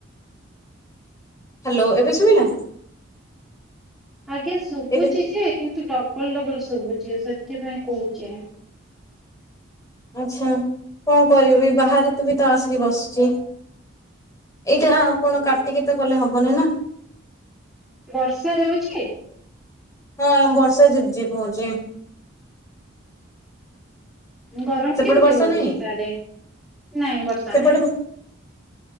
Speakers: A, on the left; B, in the centre.
A: ହ୍ୟାଲୋ! ଏବେ ସୁବିଲା।
B: ଆଜ୍ଞା! ଶୁଭୁଚି
A: ଏବେ
B: ଯେ କିନ୍ତୁ ଡବଲ- ଡବଲ ଶୁଭୁଛି। ସେଥିପାଇଁ କହୁଛେ
A: ଆଚ୍ଛା! କଣ କରିବି ବାହାରେ ତ ବି ତ ଆସିକି ବସୁଛି। ଏଇଟା ଆଉ କଣ କାଟିକି ତ କଲେ ହବନି ନା
B: ବର୍ଷା ହେଉଛି।
A: ହଁ ବର୍ଷା ଝିପି -ଝିପି ହଉଛି।
B: ଗରମ
A: ସେପଟେ
B: କେମିତି
A: ବର୍ଷା
B: ହଉଛି।
A: ନାହିଁ?
B: ସିଆଡେ ନାଇଁ ବର୍ଷା
A: ସେପଟେ
B: ନାହିଁ।